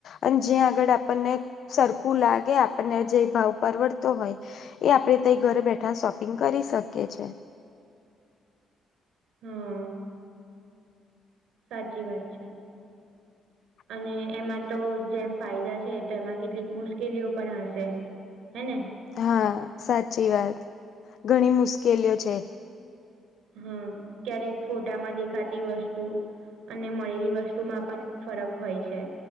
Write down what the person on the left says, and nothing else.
અને જ્યાં આગળ આપણને સરખું લાગે આપણને જે ભાવ પરવડતો હોય એ આપડે ત ઘરે બેઠા શોપિંગ કરી શકીએ છ છે
<inaudible>
હા સાચી વાત ઘણી મુશ્કેલીઓ છે